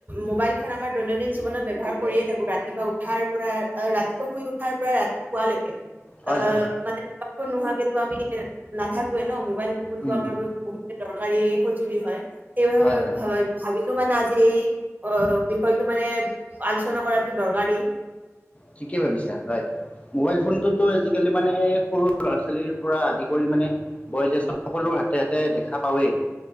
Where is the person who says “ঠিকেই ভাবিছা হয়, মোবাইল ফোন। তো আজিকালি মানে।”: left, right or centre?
Left